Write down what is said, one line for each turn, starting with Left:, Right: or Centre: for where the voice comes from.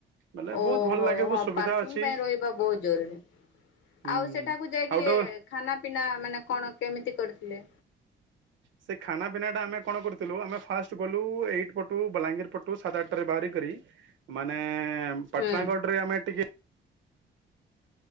Right: ବୋଲେ
Left: ଓହୋ
Right: ବହୁତ ଭଲ ଲାଗେ ବହୁତ
Left: ହଁ
Right: ସୁବିଧା
Left: ପାର୍କିଂ
Right: ଅଛି
Left: ପାଇଁ ରହିବା ବହୁତ ଜରୁରୀ
Right: ହୁଁ
Left: ଆଉ
Right: ହୁଁ
Left: ସେଠାକୁ ଯାଇକି
Right: ଆଉ ଗୋଟେ
Left: ଖାନା ପିନା ମାନେ କଣ କେମିତି କରିଥିଲେ।
Right: ସେ ଖାନା ପିନା ଟା ଆମେ କଣ କରିଥିଲୁ ଆମେ ଫାଷ୍ଟ ଗଲୁ ଏଇ ପଟୁ ବଲାଙ୍ଗୀର ପଟୁ ସାଢେ ଆଠଟାରେ ବାହାରି କରି ମାନେ ପାଟଣାଗଡ଼
Left: ହୁଁ
Right: ଆମେ ଟିକେ